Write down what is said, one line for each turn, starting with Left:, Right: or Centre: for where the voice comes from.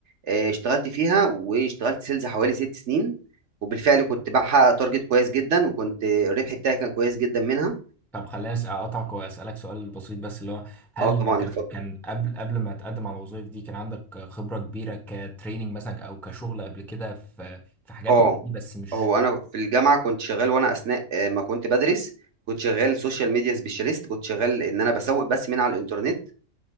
Right: آه، اشتغلت فيها واشتغلت سيلز حوالي ست سنين وبالفعل كنت بحقق تارجت كويس جدا وكنت الربح بتاعي كان كويس جدا منها
Centre: طب خليني أس- اقطعك واسالك سؤال بسيط بس اللي هو هل
Right: اه طبعا
Centre: كان
Right: اتفضل
Centre: كان قبل قبل ما تقدم على الوظائف دي كان عندك خبره كبيره كتريننج مثلا او كشغل قبل كده في في حاجات
Right: اه
Centre: من دي بس مش
Right: هو انا في الجامعه كنت شغال وانا اثناء آه، ما كنت بدرس كنت شغال سوشيال ميديا سبيشاليست كنت شغال ان انا بسوق بس من على الانترنت